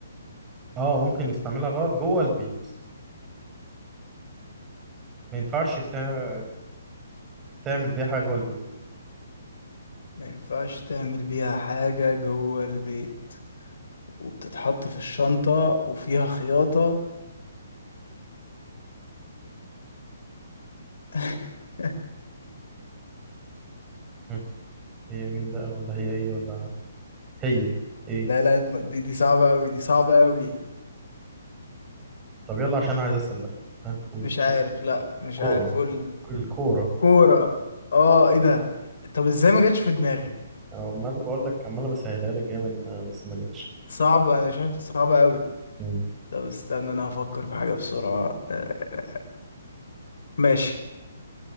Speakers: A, on the right; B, on the left.
A: اه ممكن نستعملها غلط جوه البيت ما ينفعش تع- تعمل بيها حاجه جوه البيت
B: ما ينفعش تعمل بيها حاجة جوه البيت وبتتحط في الشنطة وفيها خياطة <laughs>
A: مم. هي مين بقى ولا هي ايه ولا هي ايه
B: لا لا دي دي صعبة أوي دي صعبة أوي
A: طب يلا عشان عايز اسال بقى ها قول
B: مش عارف لا مش
A: كوره
B: عارف قولي
A: الكوره
B: كورة اه ايه ده طب ازاي ما جاتش في دماغي
A: انا عمال بقول لك عمال بسهلها لك جامد ما بس ما جاتش
B: صعب انا شايف صعب أوي
A: مم.
B: طب استنى انا هفكر في حاجة بسرعة آه، ماشي